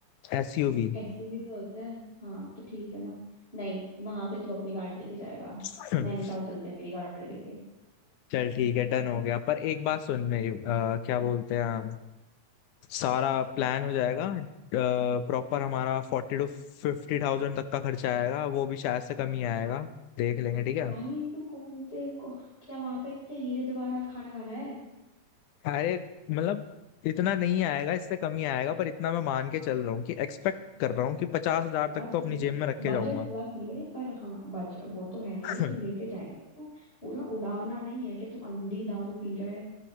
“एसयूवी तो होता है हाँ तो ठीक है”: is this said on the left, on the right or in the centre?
Left